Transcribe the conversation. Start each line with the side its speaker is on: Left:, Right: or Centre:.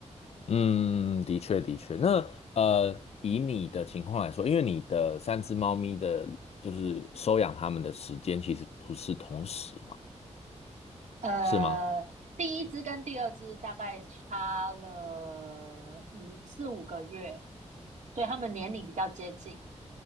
Left: 嗯，的确的确。那呃，以你的情况来说，因为你的三只猫咪的，就是收养它们的时间其实不是同时嘛，
Right: 呃，
Left: 是吗？
Right: 第一只跟第二只大概差了五四五个月，所以它们年龄比较接近。